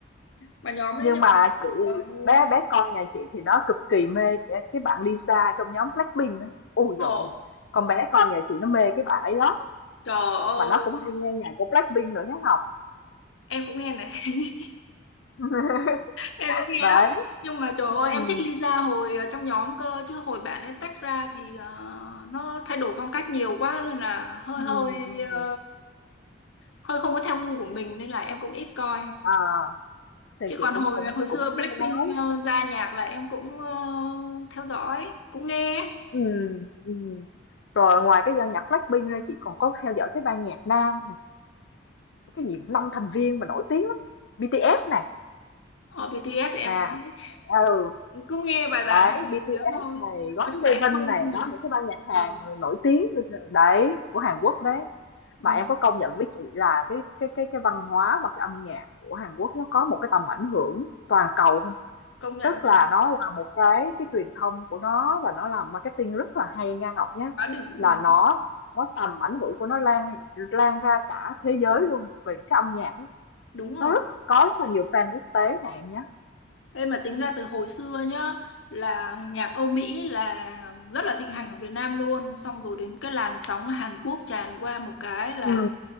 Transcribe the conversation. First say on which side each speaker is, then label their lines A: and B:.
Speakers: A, on the left; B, on the left.
A: mà nhóm ấy
B: Nhưng
A: nhậu
B: mà chị
A: cờ luôn
B: bé bé con nhà chị thì nó cực kỳ mê cái, cái bạn Lisa trong nhóm Blackpink á. Ôi dồi
A: Ồ,
B: ôi. Con bé con nhà chị nó mê cái bạn ấy lắm
A: trời ơi
B: mà nó cũng hay nghe nhạc của Blackpink nữa nhá Ngọc.
A: em cũng nghe này <laughs>
B: <laughs>
A: em cũng nghe
B: Đấy.
A: đó nhưng mà trời ơi
B: Ừm.
A: em thích Lisa hồi ờ, trong nhóm cơ chứ hồi bạn ấy tách ra thì ờ, nó thay đổi phong cách nhiều quá nên là hơi hơi
B: Ừm, ừm,
A: ờ, hơi không có theo gu của mình nên là em cũng ít coi
B: à, thì
A: chứ
B: chị
A: còn
B: cũng
A: hồi
B: cũng
A: hồi xưa
B: cũng có
A: Blackpink
B: nghe nói.
A: ờ, ra nhạc là em cũng ờ, theo dõi cũng nghe
B: Ừm, ừm. Rồi ngoài cái ban nhạc Blackpink ra chị còn có theo dõi cái ban nhạc nam, cái gì 5 thành viên mà nổi tiếng lắm, BTS này,
A: ở BTS thì em
B: nè,
A: cũng
B: ừ,
A: cũng nghe vài vài
B: đấy,
A: bài nổi
B: BTS
A: tiếng thôi
B: này, GOT7
A: nói chung là em
B: này,
A: không luôn nhiều
B: đó, những cái ban nhạc Hàn
A: ờ,
B: nổi tiếng đấy, của Hàn Quốc đấy.
A: ừ,
B: Mà em có công nhận với chị là cái cái cái cái văn hóa và cái âm nhạc của Hàn Quốc nó có một cái tầm ảnh hưởng toàn cầu không?
A: công nhận
B: Tức
A: là
B: là nó là một cái cái truyền thông của nó và nó làm marketing rất là hay nha Ngọc nhé.
A: quá đỉnh luôn
B: Là nó nó tầm ảnh hưởng của nó lan lan ra cả thế giới luôn về cái âm nhạc ấy.
A: đúng rồi
B: Nó rất có rất là nhiều fan quốc tế nè em nhé.
A: em mà tính ra từ hồi xưa nhá là nhạc Âu Mỹ là rất là thịnh hành ở Việt Nam luôn xong rồi đến cái làn sóng Hàn Quốc tràn qua một cái là
B: ừ